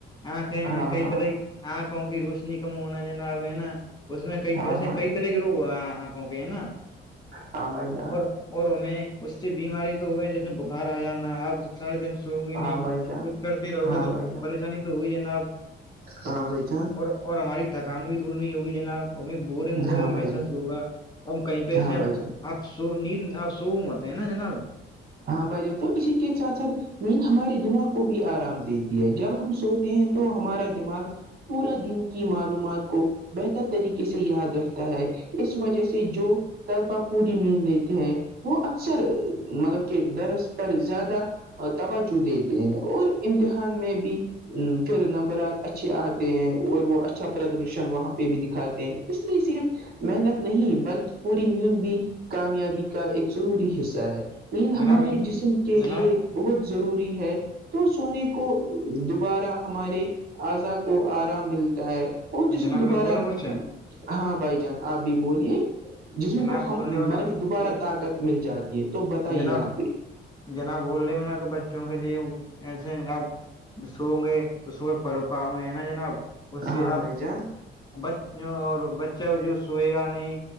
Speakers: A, on the left (about 20°); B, on the right (about 55°).
A: آنکھیں
B: ہاں
A: کئی
B: ہاں
A: طرح آنکھوں کی روشنی کم ہونا جناب ہے نا اس میں کئی
B: ہاں
A: ایسے
B: ہاں
A: کئی <unintelligible> کو کہ ہے نا
B: ہاں بھائی جان
A: اور اور ہمیں اس سے بیماری تو ہوئے جیسے بخار آ جانا اب سارے دن سو گی نہیں
B: ہاں بھائی جان
A: کچھ کرتے رہو
B: ہاں
A: گی تو
B: بھائی جان
A: پریشانی تو ہوگی جناب
B: ہاں بھائی چا
A: اور اور ہماری تھکان بھی دور نہیں ہوگی جناب ہمیں بورنگ وورنگ
B: ہاں بھائی
A: محسوس
B: جان
A: ہوگا اور کہیں پہ
B: ہاں
A: سے اب
B: بھائی جان
A: آپ سو نیند آپ سوو مت تے نہ جناب
B: ہاں بھائی جان تو اسی کے ساتھ ساتھ نیند ہمارے دماغ کو بھی آرام دیتی ہے جب ہم سوتے ہیں تو ہمارا دماغ پورا دن کی معلومات کو بہتر طریقے سے یاد رکھتا ہے اس وجہ سے جو طلبہ پوری نیند لیتے ہیں وہ اکثر مطلب کہ ڈرس پر زیادہ توجہ دیتے ہیں اور امتحان میں بھی پھر نمبرات اچھے آتے ہیں اور وہ اچھا پردرشن وہاں پہ بھی دکھاتے ہیں اس لیے صرف محنت نہیں بلکہ پوری نیند بھی کامیابی کا ایک ضروری حصہ ہے نیند
A: جناب
B: ہمارے جسم کے
A: جناب
B: لیے بہت ضروری ہے تو سونے کو دوبارہ ہمارے اضا کو آرام ملتا ہے اور جسم
A: جناب
B: دوبارہ
A: میں بولوں کچھ
B: ہاں بھائی جان آپ بھی بولیے جسم
A: جناب
B: کو
A: بول
B: ہم
A: رہے ہو
B: مطلب
A: نا
B: کہ دوبارہ
A: وہ
B: طاقت مل جاتی ہے تو بتائیے
A: جناب
B: آپ بھی
A: جناب بول رہے ہو نا کہ بچوں کے لیے ایسے آپ سوں گائ تو صبح پڑو پاں گے ہے نا جناب اس سے
B: ہاں
A: آپ
B: بھائی جان
A: بچ اور بچہ جو سوئے گا نہیں